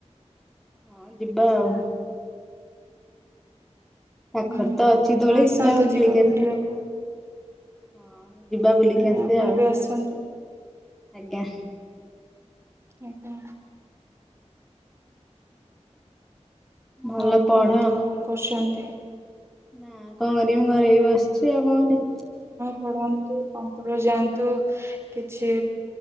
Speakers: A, in the centre; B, on the right.
A: ହଁ ଯିବା ଆଉ ପାଖର
B: ହୁଁ
A: ତ ଅଛି
B: ଆପଣ
A: ଦୋଳି
B: ଆସନ୍ତୁ
A: ଯିବା ଖେଳିକି
B: ବୁଲିବାକୁ
A: ଆସିବା ହଁ ଯିବା ବୁଲିକି
B: ଆଜ୍ଞା
A: ଆସିଵା
B: ଆପଣ
A: ଆଉ
B: ବି ଆସନ୍ତୁ
A: ଆଜ୍ଞା।
B: ଆଜ୍ଞା।
A: ଭଲ
B: ଆଉ କୁହନ୍ତୁ
A: ପଢ
B: ଆଉ କଣ କରୁଛନ୍ତି।
A: ନା କଣ କରିବି <unintelligible> ଆଛା <unintelligible>
B: ପଢ଼ନ୍ତୁ <unintelligible> ଯାଆନ୍ତୁ, କିଛି